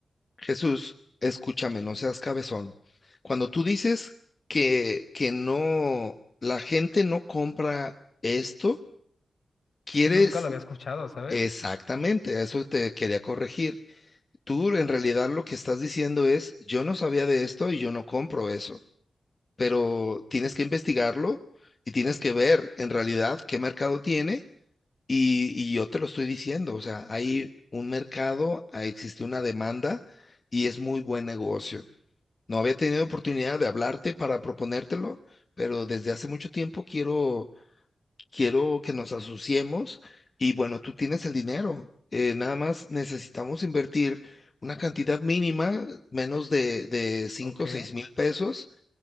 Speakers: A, on the left (about 40°); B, on the left (about 75°).
A: Jesús, escúchame, no seas cabezón. Cuando tú dices que, que no, la gente no compra esto, quieres
B: Es que nunca lo había escuchado, ¿sabes?
A: exactamente, a eso te quería corregir. Tú en realidad lo que estás diciendo es, yo no sabía de esto y yo no compro eso, pero tienes que investigarlo y tienes que ver en realidad qué mercado tiene Y, y yo te lo estoy diciendo, o sea, hay un mercado, ah, existe una demanda y es muy buen negocio. No había tenido oportunidad de hablarte para proponértelo, pero desde hace mucho tiempo quiero, quiero que nos asociemos y bueno, tú tienes el dinero. eh, nada más necesitamos invertir una cantidad mínima, menos de, de cinco
B: Ok,
A: o seis mil pesos